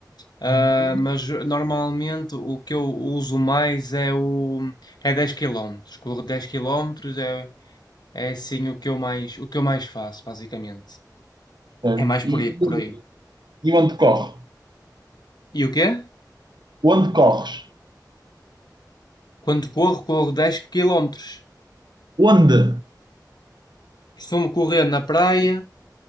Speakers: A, on the left; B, on the right.
A: ah,
B: Uhum.
A: mas normalmente o que eu uso mais é o é 10 quilómetros Corro dez quilómetros é, é assim o que eu mais o que eu mais faço, basicamente.
B: Certo.
A: É mais
B: E,
A: por aí, por aí.
B: e onde corre?
A: E o quê?
B: Onde corres?
A: Quando corro, corro 10 km.
B: Onde?
A: Costumo correr na praia,